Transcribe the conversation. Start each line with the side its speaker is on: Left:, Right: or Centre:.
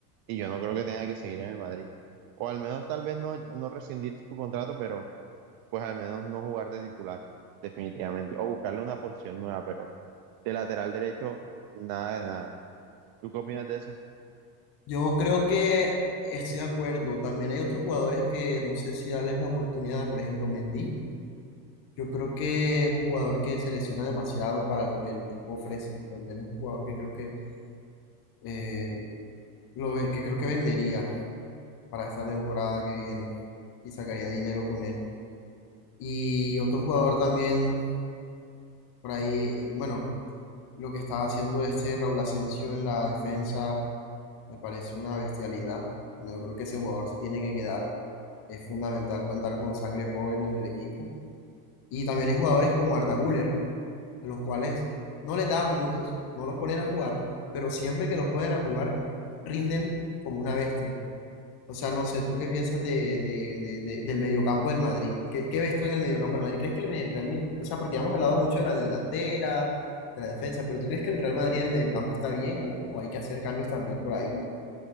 Right: y yo no creo que tenga que seguir en el Madrid. O al menos tal vez no, no rescindir su contrato, pero pues al menos no jugar de titular, definitivamente. O buscarle una posición nueva, pero de lateral derecho, nada de nada. ¿Tú qué opinas de eso?
Left: Yo creo que estoy de acuerdo. También hay otros jugadores que no sé si darles la oportunidad. Por ejemplo, Mendy. Yo creo que es un jugador que se lesiona demasiado para lo que el tipo ofrece. También es un jugador que creo que eh, lo ve- que creo que vendería para esta temporada que viene y sacaría dinero con él. Y otro jugador también por ahí, bueno, lo que estaba haciendo este Raúl Asensio en la defensa Me parece una bestialidad. No, Yo creo que ese jugador se tiene que quedar. Es fundamental contar con sangre joven en el equipo. Y también hay jugadores como Arda Güler, a los cuales no les dan minutos, no los ponen a jugar, pero siempre que los ponen a jugar, rinden como una bestia. O sea, no sé, ¿tú qué piensas de, de- de- de- del mediocampo del Madrid? ¿Qué, qué ves tú en el mediocampo del Madrid? ¿Crees que el Medi- Real Madrid, o sea, porque ya hemos hablado mucho de la delantera, de la defensa, pero ¿tú crees que el Real Madrid en el mediocampo está bien o, o hay que hacer cambios también por ahí?